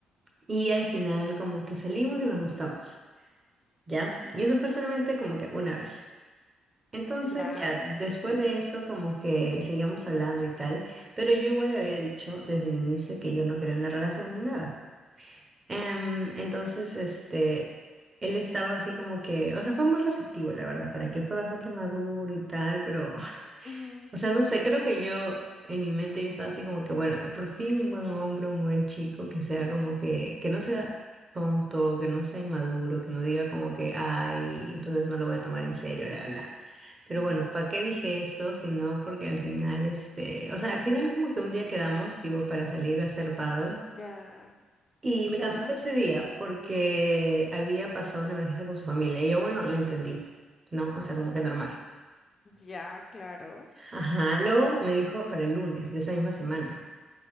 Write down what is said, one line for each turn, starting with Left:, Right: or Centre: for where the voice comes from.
Right: y al final como que salimos y nos gustamos, ¿ya? Y eso fue solamente como que una vez. Entonces
Left: ya,
Right: ya después de eso como que seguíamos hablando y tal, pero yo igual le había dicho desde el inicio que yo no quería una relación ni nada. Em, entonces este... Él estaba así como que, o sea, fue muy receptivo, la verdad, para que fue bastante maduro y tal, pero
Left: ujú,
Right: O sea, no sé, creo que yo, en mi mente yo estaba así como que, bueno, eh, por fin un buen hombre, un buen chico, que sea como que, que no sea tonto, que no sea inmaduro, que no diga como que, ay, entonces no lo voy a tomar en serio, bla, bla. Pero
Left: ujú,
Right: bueno, ¿para qué dije eso? Sino porque al final, este, o sea, al final como que un día quedamos, tipo, para salir a hacer paddle.
Left: ya,
Right: Y me
Left: ya,
Right: canceló ese día porque había pasado una emergencia con su familia. Y yo, bueno, lo entendí, ¿no? O sea, como que normal.
Left: ya, claro,
Right: Ajá, luego me dijo para el lunes de esa misma semana.